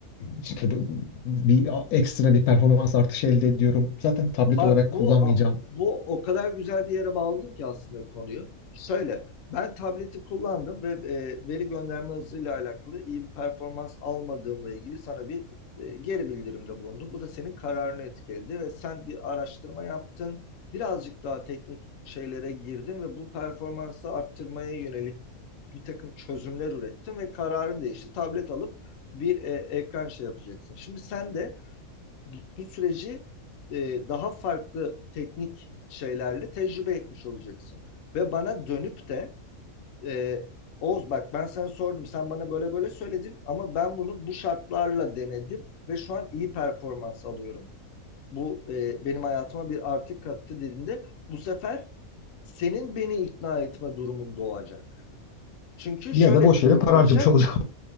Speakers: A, on the left (about 80°); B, on the left (about 70°).
A: işte bu- bu- bir ekstra bir performans artışı elde ediyorum. Zaten tablet
B: Bak
A: olarak kullanmayacağım
B: bu bu o kadar güzel bir yere bağladın ki aslında konuyu. Şöyle ben tableti kullandım ve e, veri gönderme hızıyla alakalı iyi bir performans almadığımla ilgili sana bir e, geri bildirimde bulundum. Bu da senin kararını etkiledi ve sen bir araştırma yaptın. Birazcık daha teknik şeylere girdin ve bu performansı arttırmaya yönelik bir takım çözümler ürettin ve kararın değişti. Tablet alıp bir e, ekran şey yapacaksın. Şimdi sen de bu, süreci e, daha farklı teknik şeylerle tecrübe etmiş olacaksın. Ve bana dönüp de e, Oğuz bak ben sana sordum sen bana böyle böyle söyledin ama ben bunu bu şartlarla denedim ve şu an iyi performans alıyorum. Bu e, benim hayatıma bir artı kattı dediğinde bu sefer senin beni ikna etme durumun doğacak. Çünkü
A: Ya
B: şöyle
A: da boş
B: bir durum
A: yere para
B: olacak
A: harcamış olacağım.